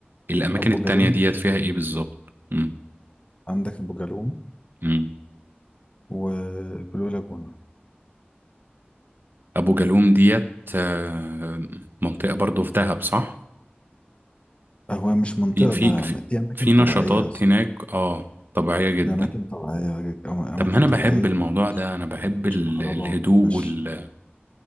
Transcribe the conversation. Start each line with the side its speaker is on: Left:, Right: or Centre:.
Right: الاماكن
Left: ابو
Right: التانية
Left: جالوم
Right: ديت فيها ايه بالظبط مم.
Left: عندك ابو جالوم
Right: مم.
Left: والبلو لاجونا
Right: ابو جالوم ديت آه، منطقة برضو في دهب صح
Left: هو مش منطقة
Right: في في
Left: ده
Right: في,
Left: دي اماكن
Right: في
Left: طبيعية
Right: نشاطات
Left: يا اسطى
Right: هناك اه طبيعية جدا
Left: دي أماكن طبيعية أم- أماكن
Right: طب ما انا
Left: طبيعية
Right: بحب
Left: ما
Right: الموضوع
Left: فيهاش
Right: ده انا بحب
Left: ما
Right: ال-
Left: فيهاش كهرباء
Right: الهدوء
Left: وما فيهاش
Right: وال...